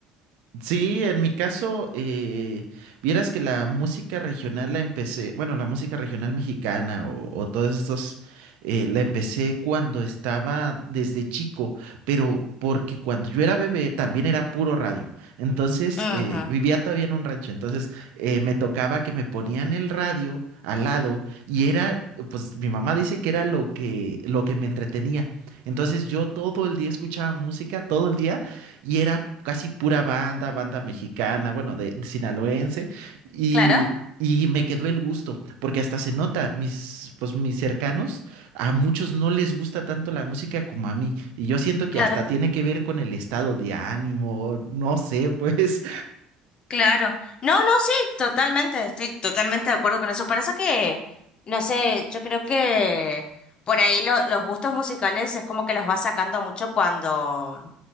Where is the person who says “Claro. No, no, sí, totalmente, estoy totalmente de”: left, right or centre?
Left